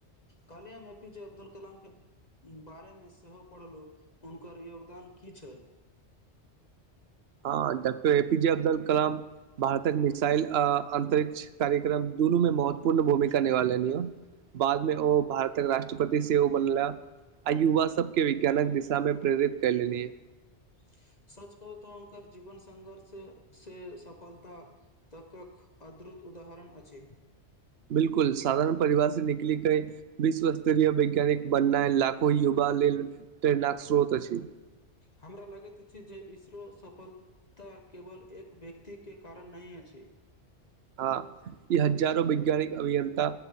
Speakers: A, on the left (about 35°); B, on the right (about 65°).
A: कल्हिय हम ए पी जेे अब्दु कलाम के। बारे में सेहो पढ़लहुँ, हुनकर योगदान की छल?
B: हँ जत्ते। जे अब्दुल कलाम भारतक मिसाइल आ अन्तरिक्ष कार्यक्रम दुनूमें महत्वपूर्ण भूमिका। करवाला हो, बादमें ओ भारतक राष्ट्रपति सेहो बनला। आ युवा सबके विज्ञानक दिशा में प्रेरित कर लेलियै।
A: स्स्स्सस। सच कहू तऽ हूनकर जीवन संघर्ष से सफलता तक अद्रुत। त उदाहरण अछि।
B: बिल्कुल, साधारण परिवार से निकल कई विश्वस्तरीय वैज्ञानिक बननाय लाखो युवा। लेल प्रेरणा के श्रोत अछि।
A: हमरा लगैत अछि जे इसरो सफल। ता केवल एक व्यक्ति के कारण नहि अछि।
B: आ ई हजारो वैज्ञानिक, अभियन्ता,